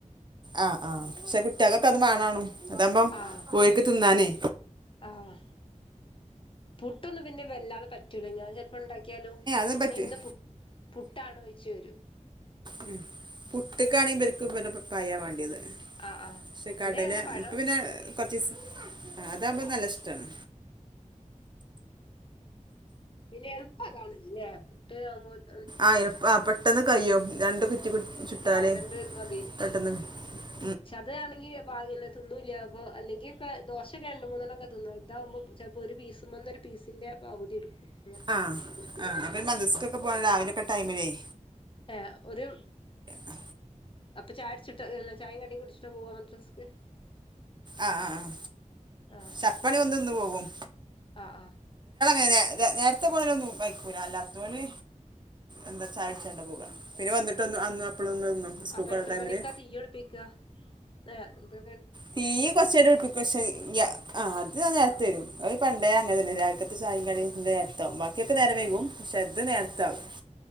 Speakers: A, on the right (about 35°); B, on the left (about 40°).
A: ആഹ് ആഹ് ശെ കുട്ട്യേക്കൊക്കെ അത് മാണാണും അതാമ്പം
B: ആഹ്
A: ഓല്ക്ക് തിന്നാനേ
B: ആഹ് പുട്ടൊന്നും പിന്നെ വല്ലാതെ പറ്റൂല ഞാൻ ചെൽപ്പൊ ണ്ടാക്കിയാലും
A: അത് പറ്റും
B: ഏ ഇന്ന് പു പുട്ടാണോയ്ച്ച് വരും.
A: ഉം പുട്ട്ക്കാണെ ഇവൽക്ക് ഇവ പയാ വേണ്ടീത്.
B: ആഹ് ആഹ്
A: ശ്ശെ
B: ഇവിടെ
A: കടല
B: അങ്ങനെ പഴം
A: മ്മക്ക് പിന്നെ
B: ഉം
A: കൊർച്ചീസം അ ഇതാവുമ്പ നല്ലിഷ്ടാണ്.
B: പിന്നെ എള്പ്പാതാണ്ല്ലേ പുട്ട് ആ <unintelligible>
A: ആഹ് എള്പ്പ പെട്ടെന്ന് കയ്യും. രണ്ട് കുറ്റി പു
B: ഉം
A: ചുട്ടാലേ
B: ആഹ് രണ്ട് മതി
A: പെട്ടെന്നെ ന്നെ
B: പക്ഷെ അത് കാണെങ്കീ ബാവൊന്നും തിന്നൂല്ല്യാ ബോ അല്ലെങ്കിപ്പ ദോശക്കേ രണ്ട്മൂന്നെണ്ണൊക്കെ തിന്നും ഇതാവുമ്പോ ചെൽപ്പോ ഒരു പീസ്മെന്നൊരു പീസിന്റെ പകുതി ട്ക്കും.
A: ആഹ് ആഹ് അത് മതി സ്ക്കൂക്ക് പോവാ <unintelligible> രാവിലൊക്കെ ടൈമിലെയ്
B: ഏഹ് ഒര്
A: ആ
B: അപ്പൊ ചായുട്ച്ചിട്ട് <unintelligible> ചാ യിം കടിം കുട്ച്ചിട്ടാ പോവാ മദ്രസ്ക്ക്?
A: ആഹ ആഹ്
B: ആഹ്
A: സപ്പണി വന്ന് തിന്ന് പോവും.
B: ആഹ് ആഹ്
A: നേ തെ നേര്ത്തെ പോണോരൊന്നും കയ്ക്കൂല അല്ലാത്തോല് എന്താ ചായുട്ച്ചാണ്ട പോവ പിന്നെ വന്നിട്ടൊന്ന് അന്ന് അപ്പോഴൊന്നും നിന്നു സ്കൂൾ
B: അപ്പെത്ര
A: ടൈമിൽ
B: മണിക്കാ തീ യുട്പ്പിക്ക? ഏഹ് ത്
A: തീയ്യ് കൊർച്ചയ്ഞ്ഞ്ട്ട് പിട്പ്പിക്കൂ പക്ഷേ ഗ്യാ ആഹ് അത് ആ നേരത്ത്
B: ആഹ്
A: വെരും അത് പണ്ടേ അങ്ങനെന്നെ
B: ഏഹ്
A: രാക ത്തെ ചായിം കടിം ഇൻ്റെ നേര്ത്താവും ബാ ക്ക്യൊക്കെ നേരം വെയ്കും
B: ഏഹ്
A: പക്ഷേത് നേര്ത്താവും
B: ഏഹ്